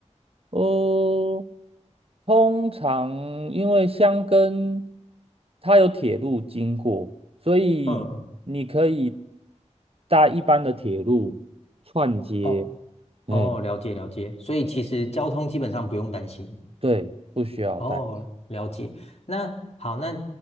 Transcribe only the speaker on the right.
哦，通常因为箱根它有铁路经过，所以你可以
搭一般的铁路串接。
嗯，
对，不需要担心。